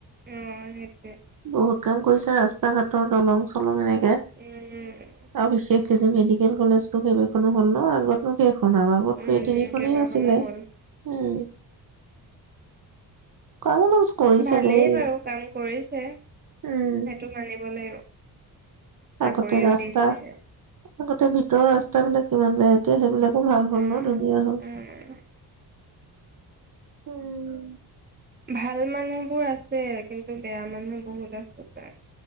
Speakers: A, on the right; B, on the right.
A: উম সেইটোৱে।
B: বহুত কাম কৰিছে ৰাস্তা ঘাটৰ দলং চলং এনেকে।
A: উম
B: আৰু বিশেষ এই যে মেডিকেল কলেজতো কেইবাখনো হ'ল ন, আগতনো কেই দুখনৰ আগততো
A: উম
B: এই তিনিখনেই
A: কেইবাখনো
B: আছিলে।
A: হ'ল
B: উম কাম অলপ কৰিছে
A: ভালেই
B: দেই
A: বাৰু কাম কৰিছে। সেইটো
B: উম
A: মানিব লাগিব। চাকৰিও
B: আগতে ৰাস্তা,
A: দিছে
B: আগতে ভিতৰৰ ৰাচ <unintelligible> কিমান বেয়া। এতিয়া সেইবিলাকো ভাল হ'ল
A: উম
B: ন ধুনীয়া হল।
A: উম
B: উম
A: ভাল মানুহবোৰ আছে। কিন্তু বেয়া মানুহ বহুত আছে তাৰ।